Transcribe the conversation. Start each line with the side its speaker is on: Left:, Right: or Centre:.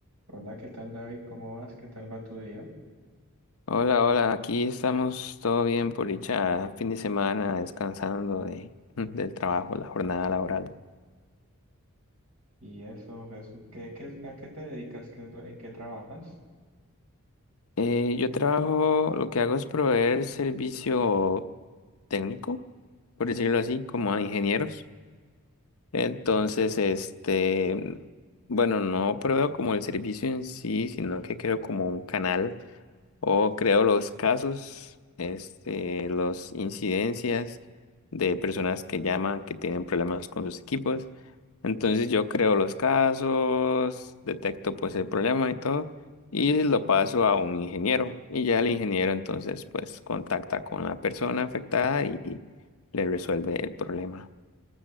Right: Hola, ¿qué tal David? ¿Cómo vas? ¿Qué tal va tu día?
Left: Hola, hola, aquí estamos todo bien por dicha fin de semana descansando de, <laughs> del trabajo, la jornada laboral.
Right: Y eso, es, ¿qué, qué- a qué te dedicas? ¿Qué es lo- en qué trabajas?
Left: Eh, yo trabajo, lo que hago es proveer servicio técnico, por decirlo así, como a ingenieros. Entonces, este, bueno, no proveo como el servicio en sí, sino que creo como un canal o creo los casos, este, los incidencias de personas que llaman, que tienen problemas con sus equipos. Entonces yo creo los casos, detecto pues el problema y todo, y lo paso a un ingeniero. Y ya el ingeniero entonces pues contacta con la persona afectada y, y le resuelve el problema.